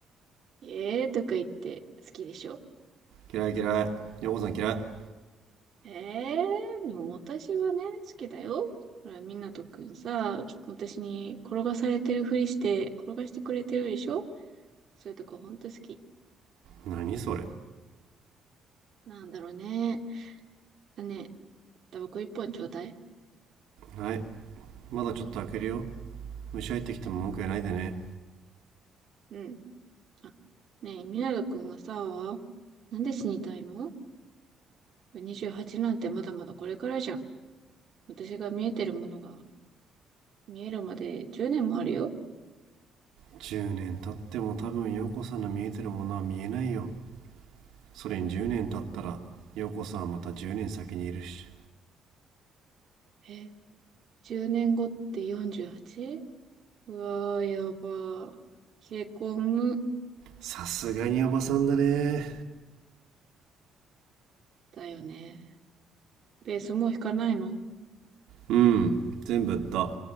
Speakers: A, on the right; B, on the right.
A: えーとか言って好きでしょ
B: 嫌い嫌い陽子さん嫌い
A: ええー、でも私はね、好きだよ。ほら、みなとくんさ、私に転がされてるふりして、転がしてくれてるでしょそういうとこほんと好き。
B: 何それ
A: なんだろうね。だね、タバコ一本ちょうだい。
B: はいまだちょっと開けるよ虫入ってきても文句言わないでね
A: うん。あ、ねえ、ミナく君はさ、なんで死にたいの ?28 なんてまだまだこれからじゃん。私が見えてるものが見えるまで10年もあるよ。
B: 10年経っても多分陽子さんの見えてるものは見えないよそれに10年経ったら陽子さんはまた10年先にいるし
A: え、10年後って 48? うはちうわー、やばー。冷え込む。
B: さすがにおばさんだね
A: だよね。ベースもう引かないの
B: うん全部売った